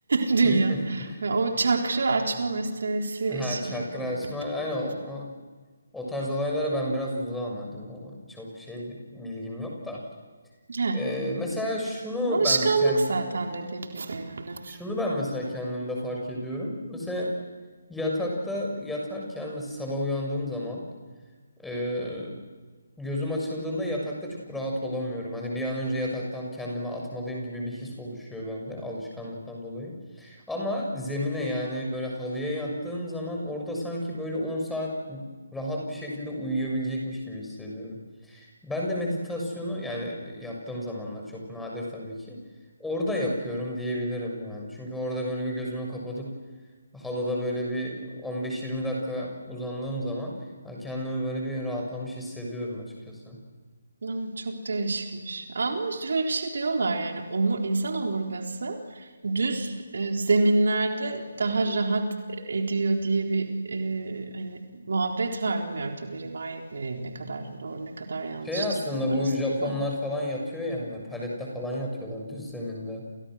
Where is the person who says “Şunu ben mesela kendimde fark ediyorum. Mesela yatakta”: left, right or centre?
Centre